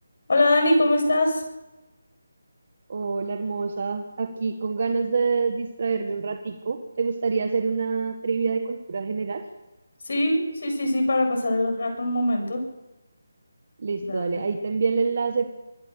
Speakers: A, on the left (about 55°); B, on the right (about 50°).
A: Hola Dani, ¿cómo estás?
B: Hola, hermosa. Aquí con ganas de distraerme un ratico. ¿Te gustaría hacer una trivia de cultura general?
A: Sí, sí, sí, sí, para pasar el rato un momento.
B: Listo,
A: Dale.
B: dale. Ahí te envié el enlace